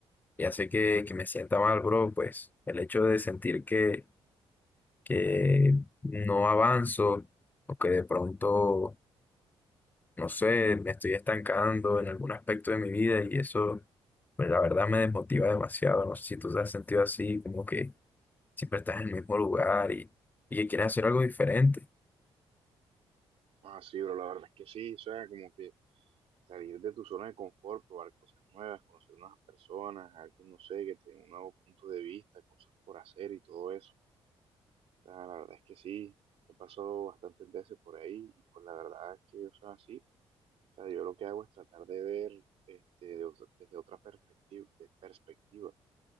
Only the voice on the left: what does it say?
y hace que, que me sienta mal, bro, pues el hecho de sentir que, que no avanzo o que de pronto, no sé, me estoy estancando en algún aspecto de mi vida y eso, pues, la verdad me desmotiva demasiado. No sé si tú te has sentido así, como que siempre estás en el mismo lugar y, y que quieres hacer algo diferente.